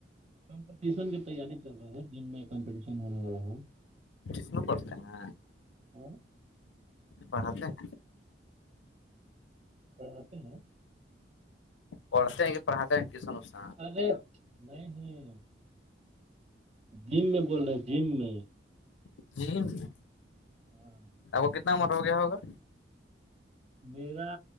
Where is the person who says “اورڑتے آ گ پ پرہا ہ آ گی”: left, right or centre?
Left